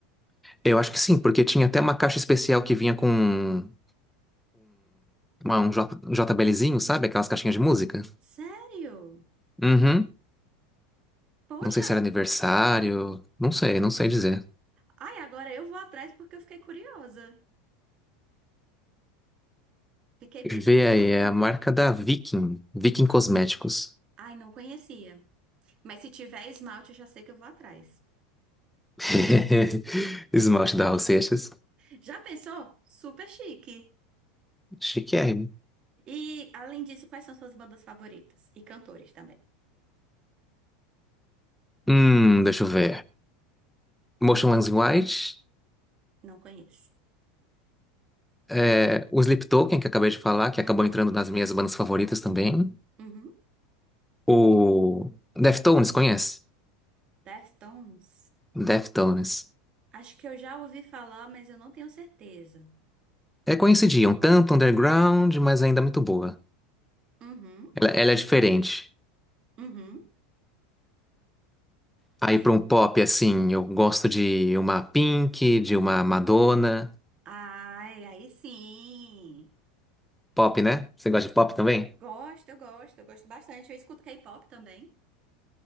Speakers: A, in the centre; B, on the right.
A: Eu acho que sim, porque tinha até uma caixa especial que vinha com um, uma- um, J- um JBLzinho, sabe? Aquelas caixinhas de música.
B: Sério?
A: Uhum.
B: Poxa,
A: Não sei se era aniversário, não sei, não sei dizer.
B: ai, agora eu vou atrás porque eu fiquei curiosa. Fiquei bem
A: Vê
B: curiosa.
A: aí, é a marca da Viking, Viking Cosméticos.
B: Ai, não conhecia. Mas se tiver esmalte, eu já sei que eu vou atrás.
A: <laughs> Esmalte da Raul Seixas.
B: Já pensou? Super chique.
A: Chiquérrimo.
B: E, além disso, quais são suas bandas favoritas? E cantores também.
A: Hum, deixa eu ver. Motionless in White.
B: Não conheço.
A: É, o Sleep Token, que eu acabei de falar, que acabou
B: Uhum,
A: entrando nas minhas bandas favoritas também.
B: uhum.
A: O Deftones, conhece?
B: Deftones.
A: Deftones.
B: Acho que eu já ouvi falar, mas eu não tenho certeza.
A: É conhecidinha, um tanto underground, mas ainda muito boa.
B: Uhum,
A: Ela, ela é diferente.
B: uhum.
A: Aí
B: E
A: para um pop, assim, eu gosto de uma Pink, de uma Madonna.
B: ai, aí sim.
A: Pop, né? Você gosta de pop também?
B: Gosto, eu gosto, eu gosto bastante. Eu escuto K-pop também.